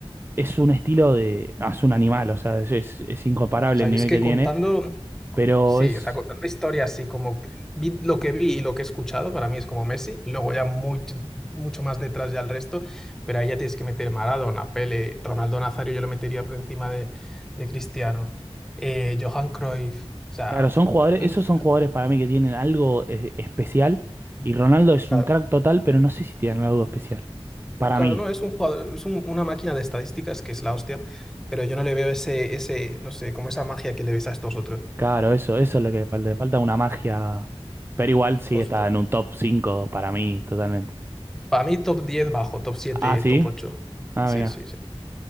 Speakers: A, on the right; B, in the centre.
A: es un estilo de... no, es un animal, o sea, es, es es incomparable
B: O sea,
A: el
B: yo
A: nivel
B: es que
A: que tiene,
B: contando,
A: pero
B: sí,
A: es
B: o sea, contando historias así como que vi- lo que vi y lo que he escuchado, para mí es como Messi, luego ya muy, mucho más detrás ya el resto, pero ahí ya tienes que meter Maradona, Pele, Ronaldo Nazario, yo lo metería por encima de, de Cristiano, eh, Johan Cruyff, o sea,
A: Claro, son jugadores,
B: mucho-
A: esos son jugadores para mí que tienen algo eh, especial y Ronaldo es
B: claro,
A: un crack total, pero no sé si tienen algo especial. Para
B: claro,
A: mí,
B: no, es un jugador, es un- una máquina de estadísticas que es la hostia, pero yo no le veo ese, ese, no sé, como esa magia que le ves a estos otros,
A: claro, eso, eso es lo que le falta, le falta una magia, pero igual sí
B: justo.
A: está en un top 5 para mí totalmente.
B: Para mí top 10 bajo, top siete
A: Ah, sí,
B: top ocho
A: ah,
B: Sí,
A: mira,
B: sí, sí.